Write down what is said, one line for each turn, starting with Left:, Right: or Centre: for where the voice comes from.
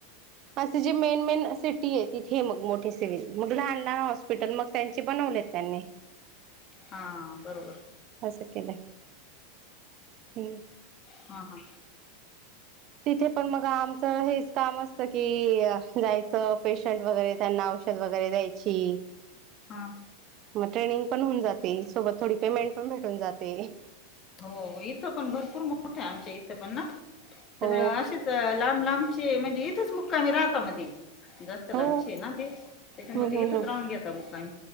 Right: असं जे मेन मेन सिटी आहे, तिथे मग मोठे सिव्हिल मग लहान लहान हॉस्पिटल मग त्यांचे बनवलेत त्यांनी.
Left: हा बरोबर.
Right: असं केले हम्म.
Left: हा हा.
Right: तिथे पण मग आम हेच काम असतं की जायचं पेशंट वगैरे त्यांना औषध वगैरे द्यायची. <inaudible>
Left: हां.
Right: मग ट्रेनिंग पण होऊन जाते सोबत थोडी पेमेंट पण भेटून जाते.
Left: हो इथं पण भरपूर मोठ आहे, आमच्या इथं पण ना तर
Right: हो
Left: असेच लांब लांब म्हणजे इथच मुक्कामी राहता मध्ये जास्त
Right: हो
Left: लाबचे ना ते, त्याच्यामुळे
Right: हम्म
Left: ते
Right: हम्म
Left: इथेच
Right: हम्म
Left: राहून घेता मुक्कामी